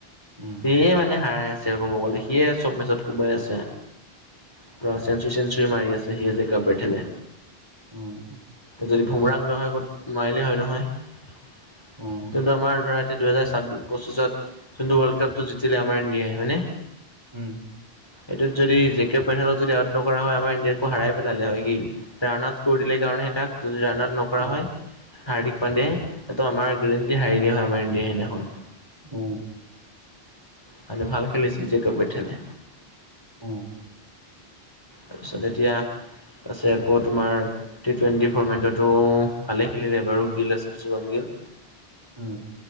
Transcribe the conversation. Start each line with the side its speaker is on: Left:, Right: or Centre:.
Right: উম
Left: সিয়ে মানে হাৰাই আছে। আছে ক'ব গ'লে, সিয়ে চব মেচত কোবাই আছে, পুৰা চেঞ্চুুৰী-চেঞ্চুৰি মাৰি আছে। সিয়েই যে দা বেঠেলে।
Right: উম'।
Left: যদি বোমৰাক লোৱা হয় ক'ত নোৱাৰিলে হয় নহয়,
Right: উম
Left: যোনটো আমাৰ ধৰা এতিয়া দুহেজাৰ ছাবিশত, পচ্চিশত যোনটো ৱৰ্ল্ড কাপটো জিকিলে আমাৰ ইন্দিয়াই, হয়নে?
Right: উম'।
Left: এইটোত যদি জে কে বায়েলক যদি আউট নকৰা হয়, আমাৰ ইন্দিয়াকো হাৰাই পেলালে হয় সি, ৰান আউট কৰি দিলে কাৰণে হে তাক, যদি ৰান আউট নকৰা
Right: অ
Left: হয় হাৰ্দিক পাণ্ডেয়াই, এইটো আমাৰ গেৰেণ্টি হাৰিলে দিয়া হয়, আমাৰ ইণ্ডিয়াই সেইদিনাখন।
Right: উম
Left: মানে ভাল খেলিছিল জে কে বেথেলে।
Right: উম'।
Left: তাৰপিছত এতিয়া পাছে আকৌ তোমাৰ টি টুৱেণ্টি ফৰ্মেটতো ভালেই খেলিলে বাৰু, গিল আছিল শুভমগিল।
Right: উম'।